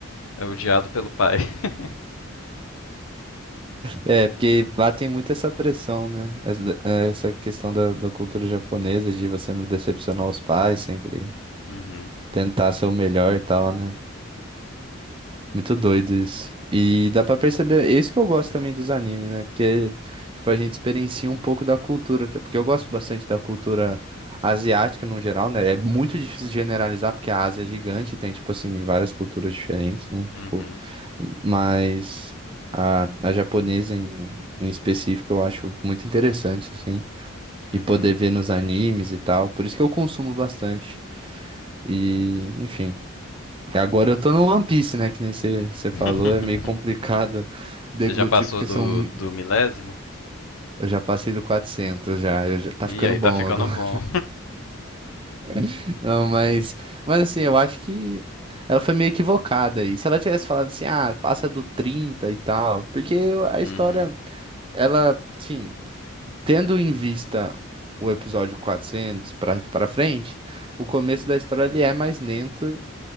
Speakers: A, on the left (about 75°); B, on the right (about 25°).
A: é odiado pelo pai. <laughs>
B: É, porque lá tem muito essa pressão, né? Essa, essa questão da, da cultura japonesa, de você não decepcionar os pais, sempre
A: Uhum.
B: tentar ser o melhor e tal, né? Muito doido isso. E dá pra perceber, é isso que eu gosto também dos animes, né? Porque, tipo, a gente experiencia um pouco da cultura, até porque eu gosto bastante da cultura asiática no geral, né? É muito difícil generalizar, porque a Ásia é gigante, tem, tipo assim, várias culturas diferentes, né? Tipo,
A: Uhum.
B: mas a, a japonesa em, em específico eu acho muito interessante, assim, e
A: Uhum.
B: poder ver nos animes e tal. Por isso que eu consumo bastante. E, enfim. E Agora eu tô no One Piece, né? Que nem você você
A: <laughs>
B: falou, é meio complicado deglutir,
A: Você já passou
B: porque
A: do,
B: são. mi-
A: do milésimo?
B: Eu já passei do 400 já, eu já tá
A: Ih,
B: ficando
A: aí
B: bom
A: tá ficando
B: agora.
A: bom.
B: <laughs> Não, mas. Mas assim, eu acho que ela foi meio equivocada aí. Se ela tivesse falado assim, ah, passa do 30 e tal. Porque
A: <laughs>
B: a história,
A: Uhum.
B: ela, sim, tendo em vista o episódio 400 pra, pra frente, o começo da história ele é mais lento